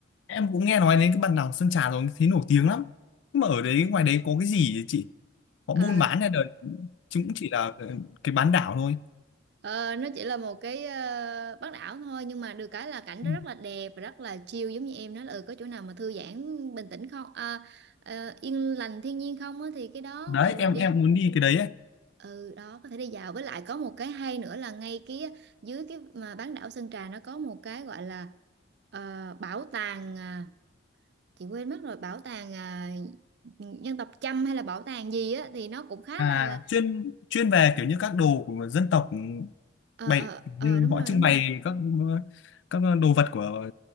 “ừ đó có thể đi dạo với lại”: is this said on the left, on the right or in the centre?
Right